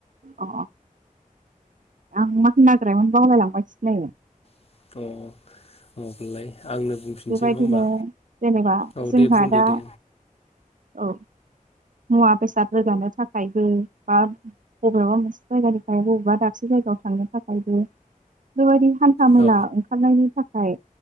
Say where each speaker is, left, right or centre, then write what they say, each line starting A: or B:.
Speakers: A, on the right; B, on the left.
A: अ आं मा होनोनायग्रायमोन बावलायलांबाय सिलै
B: <unintelligible> बुंफिनसै
A: बेबायदिनो
B: नङा होमबा
A: जेनेबा
B: औ
A: जोंहा
B: दे बुंदो
A: दा
B: दे
A: औ मुवा बेसाद रोगानो थाखायबो बा बबेबा मोनसे जायगानिफ्राय बबेबा दाबसे जायगायाव थांनो थाखायबो बेबायदि हान्था मेला
B: औ
A: ओंखारनायनि थाखाय